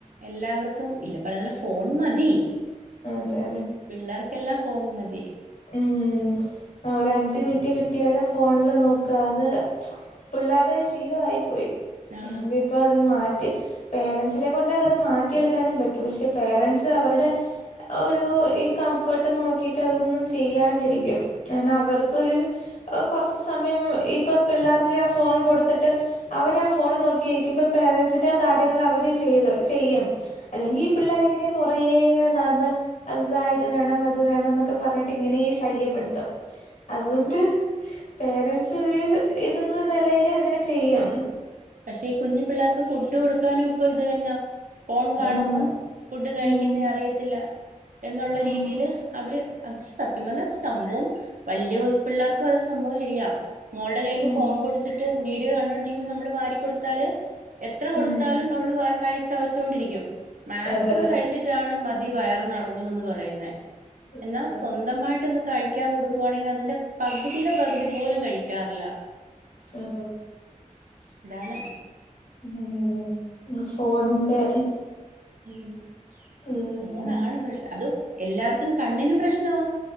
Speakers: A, on the right; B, on the left.
A: എല്ലാവർ തും ഇല്ല <unintelligible> ഫോൺ മതി.
B: അതെ
A: പിള്ളേർക്കെല്ലാ ഫോൺ മതി.
B: ഉംമ് ആ ഒരഞ്ച് മിനിറ്റ് കിട്ടിയാലും ഫോണില് നോക്ക അത്. പിള്ളാരുടൊരു ശീലമായി പോയി.
A: ആ
B: എങ്കിപ്പൊ അത് മാറ്റി പേരൻസിനെ കൊണ്ടെ അതൊക്കെ മാറ്റിയെടുക്കാനും പറ്റും. പക്ഷെ പേരൻസ് അവരുടെ- ഒരു ഈ കംഫർട്ട് നോക്കിട്ട് അതൊന്നും ചെയ്യാണ്ടിരിക്കും. കാരണം അവർക്കൊരു കൊറച്ച് സമയം. ഇപ്പൊ പിള്ളേർക്ക് ആ ഫോൺ കൊടുത്തിട്ട് അവരാ ഫോണും നോക്കിയിരിക്കുമ്പോ പേരൻസിന്റെ കാ ര്യങ്ങള് അവര് ചെയ്ത് ചെയ്യും അല്ലെങ്കി ഈ പിള്ളേരിങ്ങനെ പുറകേ ഇങ്ങനെ നടന്ന് അതാ ഇത് വേണം അത് വേണന്നൊക്കെ പറഞ്ഞിട്ട് ഇങ്ങനേ ശല്യപ്പെടുത്തും. അതുകൊണ്ട് പേരൻസ് <inaudible> ഇതൊന്നും നെലേൽ അങ്ങനെ ചെയ്യും.
A: പക്ഷെ ഈ കുഞ്ഞു പിള്ളേർക്ക് ഫുഡ് കൊടുക്കാനും ഇപ്പൊ ഇത് തന്നെ. ഫോൺ കാണുമ്പം
B: ആന്ന്
A: ഫുഡ് കഴിക്കുന്നേ
B: ഉം
A: അറിയത്തില്ല എന്നുള്ള
B: ഉം
A: രീതിയില്. അവര് അത് സത്യം പറഞ്ഞ സംഭവം വ ല്യ പിള്ളേർക്കും അത് സംഭവം ശരിയാ മോള്ടെ കയ്യില്
B: ഉം
A: ഫോൺ കൊടുത്തിട്ട് വീഡിയോ കണ്ടോണ്ടിരിക്കുമ്പോ നമ്മള് വാരി കൊടുത്താല്. എത്ര കൊടുത്താലും
B: ഉം
A: അവള് വാ കഴ്ചവച്ചൊണ്ടിരിക്കും. മാക്സിമം
B: അതെ
A: കഴിച്ചിട്ടാണ് മതി വയർ നറഞ്ഞുന്ന് പറയുന്നേ
B: ആഹ്
A: എന്നാ സ്വന്തമായിട്ട് ഇന്ന് കഴി കഴിക്കാൻ കൊടുക്കു വാണെങ്കി അതിന്റെ പകുതിയുടെ പകുതി പോലും കഴിക്കാറില്ല.
B: <unintelligible>
A: ഇതാണ്.
B: ഹേ ഈ ഫോൺ ന്റെ
A: ഉം
B: ഉം
A: പോണാണ് പ്രശ്നം അതും എല്ലാവർക്കും കണ്ണിനും പ്രശ്നമാ